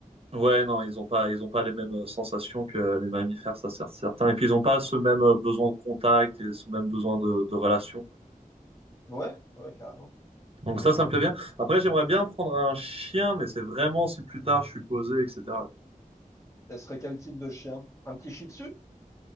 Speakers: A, on the right; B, on the left.
A: Ouais, non, ils ont pas, ils ont pas les mêmes euh, sensations que les mammifères, ça c'est certain. Et puis ils ont pas ce même euh, besoin de contact et ce même besoin de, de relation.
B: Ouais, ouais, carrément.
A: Donc ça, ça me plaît bien. Après, j'aimerais bien prendre un chien, mais c'est vraiment si plus tard je suis posé, etc.
B: Elle serait quel type de chien? Un petit Shih Tzu?